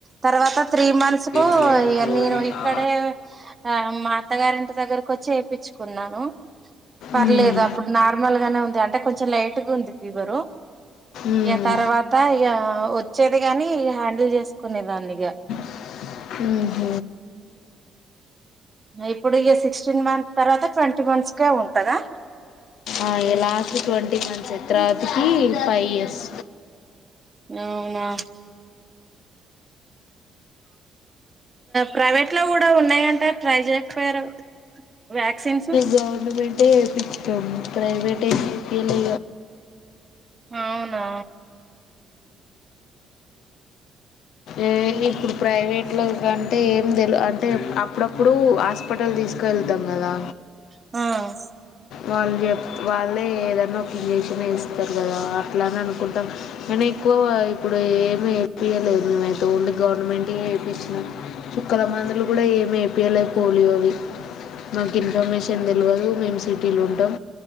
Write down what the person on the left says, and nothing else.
చేరుకొని
ఆ
ఉమ్,
ఉమ్,
అ హ
ఆ ఇగ లాస్ట్ ట్వంటీ మంత్స్ తర్తకి ఫైవ్ ఇయర్స్
గవర్నమెంట్ వేయిపించనం ప్రైవేట్ ఇలి
ఏ ఇప్పుడు ప్రైవే అట్లా కంటే ఏం తెలు అంటే అప్పుడప్పుడు హాస్పిటల్ తీసుకు వెళ్తాం కదా
వాళ్ళు చెప్ వాళ్ళే ఏదైనా ఒక ఇంజక్షన్ వేస్త చెతారు కదా అట్లా అని అనుకుంటాం కానీ ఎక్కువ ఇప్పుడు ఏమి వపియలేదు నేను ఓన్లీ గవర్నమెంట్ వేయించినం చుక్కల మందులు కూడా ఏమి ఏపీయలే పోలియో అవి మాకు ఇన్ఫర్మేషన్ తెలియదు మేము సిటీలు ఉంటాం